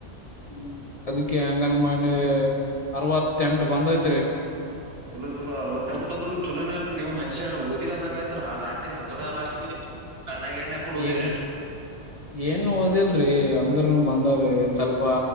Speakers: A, on the right; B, on the left.
A: ಹ್ಮ
B: ಅ ಹೆಂಗನ್ ಮಾಡಿ ಅರವತ್ತೆಂಟು ಬಂದೈತ್ರಿ
A: ಚಲೋ ಚಲ ಅವತ್ತತ್ ಎಂಟ ಅಂದ್ರು ಚಲೋನೇ ಅಲ್ರಿ ನೀವು ಮಷ ಓದಿ ಅಂದಂಗ ಆಯತ್ರಿ ರಾರಿ ರತ್ರಿ ಹಗಗಳ ರಾತ್ರಿ ಕಣ್ಣ ಗ ಎಣ್ಣ ಹಾಕೊಂಡು ಓದಿರಿ
B: ಎ ಏನ್ ಓದಿಲ್ರಿ ಅಂದ್ರನು ಬಂದ ಅ ಸ್ವಲ್ಪ